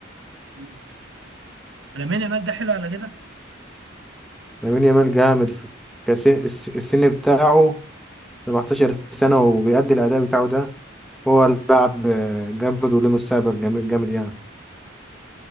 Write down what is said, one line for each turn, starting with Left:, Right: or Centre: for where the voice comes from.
Right: مم. لامين يامال ده حلو على كده
Centre: لامين يامال جامد في كاس الس- السن بتاعه 17 سنة وبيأدي الأداء بتاعه ده هو لاعب آه، جامد وله مستقبل جامد جامد يعني